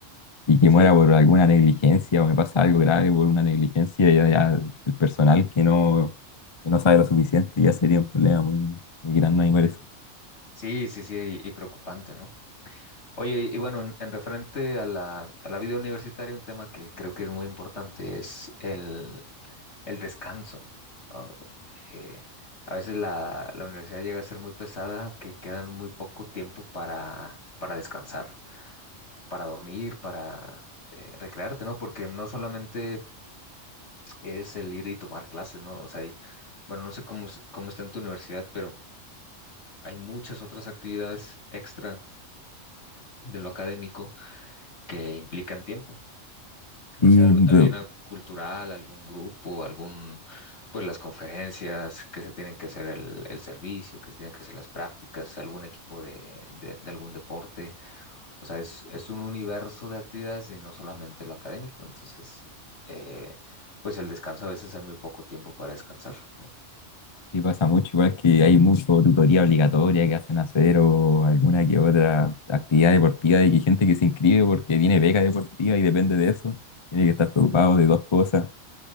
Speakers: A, on the left (about 40°); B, on the left (about 60°).
A: y que
B: sí,
A: muera por alguna negligencia o me pasa algo grave por una negligencia ya, ya el personal que no, que no sabe lo suficiente ya sería un problema muy, muy grande, me parece.
B: sí, sí, sí, y y preocupante, ¿no? Oye, y bueno, en, en referente a la, a la vida universitaria, un tema que creo que es muy importante es el, el descanso, ¿no? Eh, a veces la, la universidad llega a ser muy pesada, que quedan muy poco tiempo para, para descansar, para dormir, para eh, recrearte, ¿no? Porque no solamente es el ir y tomar clases, ¿no? O sea, hay- bueno, no sé cómo, es- cómo está en tu universidad, pero hay muchas otras actividades extra de lo académico que implican tiempo. no
A: Y,
B: sé, algo- alguna
A: de-
B: cultural, algún grupo, algún, pues las conferencias que se tienen que hacer el, el servicio, que se tienen que hacer las prácticas, algún equipo de, de- de algún deporte. O sea, es, es un universo de actividades y no solamente lo académico. Entonces, eh, pues el descanso a veces hay muy poco tiempo para descansar, ¿no?
A: y pasa mucho, igual que hay mucho tutoría obligatoria que hacen hacer o alguna que otra actividad deportiva de que gente que se inscribe porque tiene beca deportiva y depende de eso, tiene que estar preocupado de dos cosas,